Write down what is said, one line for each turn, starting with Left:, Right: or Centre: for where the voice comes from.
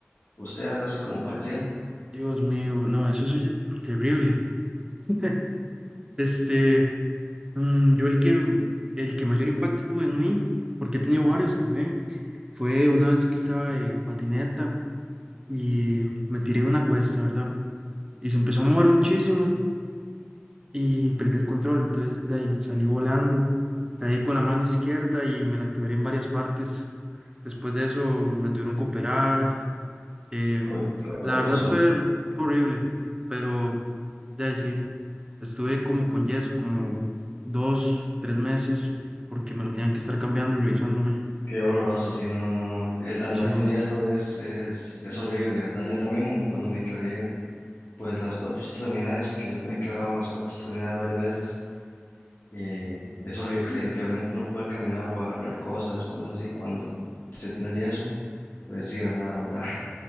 Left: ¿Usted algo así como parecido?
Right: Dios mío, no, eso es terrible. <laughs> Este, mm, yo el que, el que mayor impacto tuvo en mí, porque he tenido varios también, fue una vez que estaba en patineta. y me tiré una cuesta, ¿verdad? Y se empezó a mover muchísimo y perdí el control, entonces de ahí salí volando, caí con la mano izquierda y me la quebré en varias partes. Después de eso me tuvieron que operar. em,
Left: Uy, qué doloroso.
Right: la verdad fue horrible, pero de ahí sí, estuve como con yeso, como dos, tres meses, porque me lo tenían que estar cambiando y revisándome.
Left: Qué doloroso, sí, no, no, no. no. El andar
Right: Sí,
Left: con yeso es, es, es horrible, ¿verdad? Yo también cuando me quebré, pues las cuatro extremidades, porque yo me he quebrado las cuatro extremidades varias veces, eh, es horrible, realmente no poder caminar o agarrar cosas, cosas así, cuando se tiene el yeso, pues sí, ¿verdad? <laughs> Da,